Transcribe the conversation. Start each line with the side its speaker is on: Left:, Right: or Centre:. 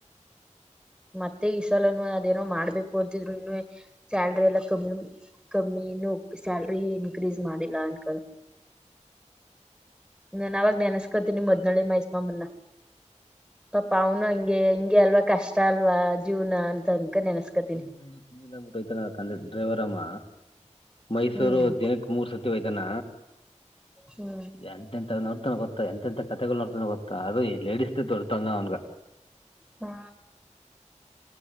Centre: ಮತ್ತೆ ಈ ಸಲನು ಅದೇನೋ ಮಾಡ್ಬೇಕು ಅಂತಿದ್ರು ಇನ್ನು ಸ್ಯಾಲ್ರಿ ಎಲ್ಲಾ ಕಮ್ಮಿ ಕಮ್ಮಿ ಸ್ಯಾಲ್ರಿ ಇನ್ಕ್ರೀಸ್ ಮಾಡಿಲ್ಲ ಅನ್ಕ ನನ್ ಅವಾಗ್ಾನಸ್ಕತಿ ನಿಮ್ಮ ಮದ್ನಿಲ್ಲಿ ಮಹಸ್ಮಮ್ಮನ್ನ ಪಪ ಅವನು ಹಂಗೆ ಹಿಂಗೆ ಅಲ್ವಾ ಕಷ್ಟ ಅಲ್ವಾ ಜೀವನ ಅಂತ ಅನ್ಕ ನೆನಸ್ಕತಿ
Left: ಸುನೀಲ್ಟ್ಟತ ಡ್ರೈವರ್ ಅಮ್ಮ ಮೈಸೂರು
Centre: ಹ್ಮ್
Left: ದಿನಕ್ಕೆ ಮೂರ್ ಸತಿ ಯ್ತಾನ
Centre: ಹ್ಮ್
Left: ಎಂತ ಎಂತ ನೋಡ್ತಾನ ಗೊ ಎಂತ ಕಥತೆಗಳು ನೋಡ್ತನ ಗತ್ತಾ ಅದು ಈ ಲೇೀ ದೊಡ್ತಾಳ ನ ಅವನ್ಗ
Centre: ಹಾ